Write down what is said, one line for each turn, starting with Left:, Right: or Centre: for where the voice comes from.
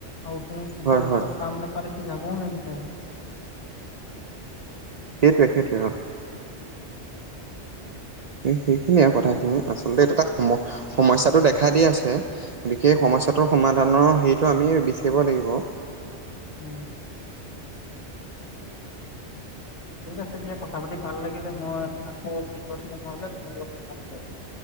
Left: আৰু সেই
Right: হয়
Left: উপযুক্ত
Right: হয়
Left: কাম নে এইফালে সি যাবও নিবিচাই
Right: সেইটোৱে সেইটোৱে অহ সেইখিনিয়ে আৰু কথাখিনি আচলতে এইটো এটা সমস্যয়াটো দেখা দি আছে । সেই সমস্যাটোৰ সমাধানৰ সেইটো আমি বিচাৰিব লাগিব
Left: উম । ঠিক আছে দিয়া কথা পাতি ভাল লাগিলে মই আকৌ পিছত সময় হলে তোমাৰ লগত কথা পাতিম।